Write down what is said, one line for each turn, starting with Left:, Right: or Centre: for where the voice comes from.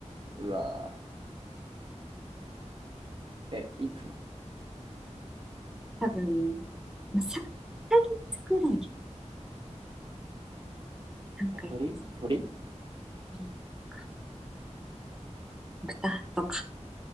Right: うわー。え、いつの
Centre: 多分、まあ、3ヶ月くらい、3ヶ月
Right: え、鳥鳥
Centre: ぶりとか、豚とか。